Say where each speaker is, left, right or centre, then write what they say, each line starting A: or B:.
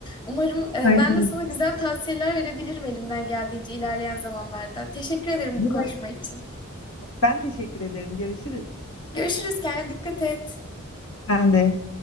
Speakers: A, on the left (about 20°); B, on the left (about 65°).
A: Umarım e,
B: Rica
A: ben de sana güzel tavsiyeler verebilirim elimden geldiğince ilerleyen zamanlarda. Teşekkür ederim
B: Buna-
A: bu konuşma için.
B: Ben teşekkür ederim. Görüşürüz.
A: Görüşürüz. Kendine dikkat et.
B: Ben de.